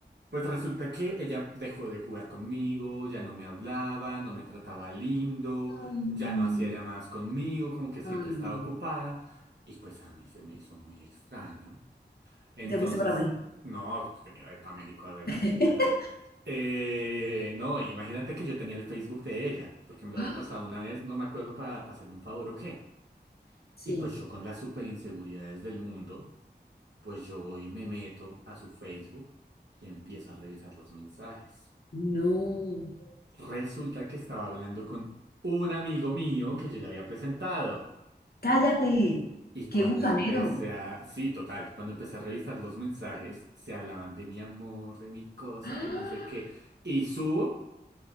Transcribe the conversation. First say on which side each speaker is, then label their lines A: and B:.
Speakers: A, on the right (about 75°); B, on the left (about 60°).
A: Pues resulta que ella dejó de jugar conmigo, ya no me hablaba, no me trataba lindo,
B: Ay, no.
A: ya no hacía llamadas conmigo, como que siempre
B: Ay,
A: estaba
B: no.
A: ocupada. Y pues a mí se me hizo muy extraño. Entonces,
B: Y te fuiste para México.
A: no, que me iba a ir para México a ver
B: <gasps>
A: a esa idiota. Eh, no, imagínate que yo tenía el Facebook de ella, porque me lo
B: ¡Ah!
A: había pasado una vez, no me acuerdo para hacerle un favor o qué.
B: Sí.
A: Y pues yo con las super inseguridades del mundo, pues yo voy y me meto a su Facebook y empiezo a revisar los mensajes.
B: No.
A: Resulta que estaba hablando con un amigo mío que yo le había presentado.
B: Cállate.
A: Y
B: Qué
A: cuando
B: gusanero.
A: empecé a... Sí, total, cuando empecé a revisar los mensajes, se hablaban de mi amor, de mi cosa,
B: <gasps> ¡Ah!
A: que no sé qué. Y subo,